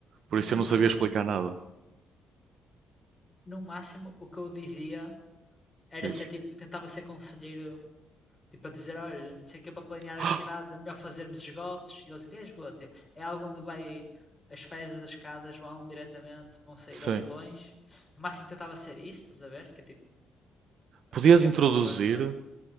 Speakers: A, on the right; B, on the left.
A: Por
B: no
A: isso eu não
B: máximo,
A: sabia explicar nada.
B: no máximo, o que eu dizia era
A: Diz.
B: ser tipo, tentava ser conselheiro, tipo, a dizer: olha, não sei o que é para planear as
A: <gasps>
B: cidades, é melhor fazermos esgotos. E eles dizem: é esgoto? É algo onde vai. As fezes das escadas vão diretamente, vão sair
A: Sim.
B: ali longe. No máximo tentava ser isso, estás a ver? Que é tipo,
A: Podias
B: qualquer
A: introduzir
B: pessoa agora sabe.